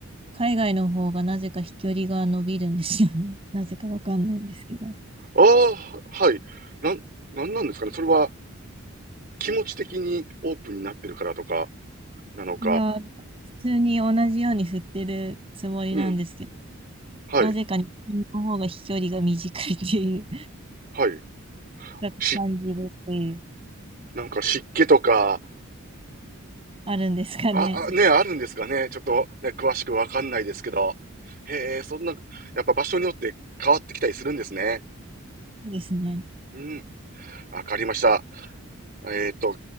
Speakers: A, on the right (about 25°); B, on the right (about 40°).
A: 海外の方がなぜか飛距離が伸びるんですよね。<laughs> なぜかわかんないんですけど。
B: ああ、はい。なん、なんなんですかね。それは気持ち的にオープンになってるからとか、なのか。
A: いやー、普通に同じように振ってるつもりなんですけど、
B: うん。はい。
A: なぜか日本の方が飛距離が短いっていう、
B: はい。
A: ちょっと感じるっていう。
B: し、なんか湿気とか、
A: あるんですかね。
B: あ、あ、ね、あるんですかね。ちょっとね、詳しくわかんないですけど。へえ、そんな、やっぱ場所によって変わってきたりするんですね。
A: そうですね。
B: うん、わかりました。えっと、今